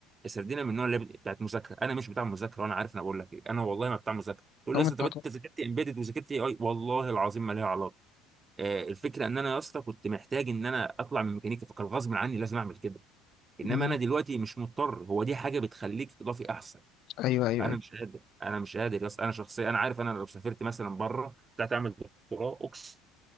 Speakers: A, on the right; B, on the left.
A: سردينا من النوع اللي بت- بتاعت مذاكره انا مش بتاع مذاكره وانا عارف انا بقول لك ايه انا والله ما بتاع مذاكره تقول
B: هم
A: لي يا
B: انت
A: اسطى طب
B: هتاكل.
A: انت ذاكرت امبيدد وذاكرت اي اي والله العظيم ما ليها علاقه آه الفكره ان انا يا اسطى كنت محتاج ان انا اطلع من ميكانيكا فكان غصب عني لازم اعمل كده انما
B: مم.
A: انا دلوقتي مش مضطر هو دي حاجه بتخليك اضافي احسن
B: ايوه ايوه
A: انا
B: ايوه
A: مش قادر انا مش قادر يا اسطى انا شخصيا انا عارف انا لو سافرت مثلا بره طلعت اعمل دكتوراه اقسم